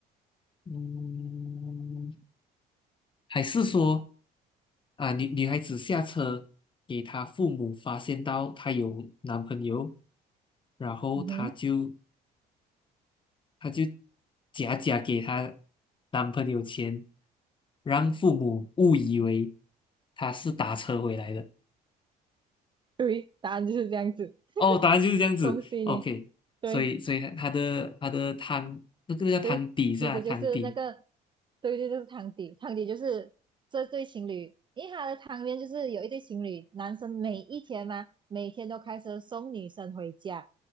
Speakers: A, on the left; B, on the right.
A: 嗯，还是说啊，女女孩子下车给她父母发现到她有男朋友，然后她就
B: 嗯哼，
A: 她就假假给她男朋友钱，让父母误以为她是打车回来的。
B: 对，答案就是这样子。
A: 哦，答案就是这样子。
B: 恭喜你，
A: OK，
B: 对。
A: 所以所以她的她的汤那个叫汤底是吧？
B: 对，其实就是那个，
A: 汤底。
B: 对对，就是汤底，汤底就是这对情侣，因为他的汤面就是有一对情侣，男生每一天嘛，每天都开车送女生回家，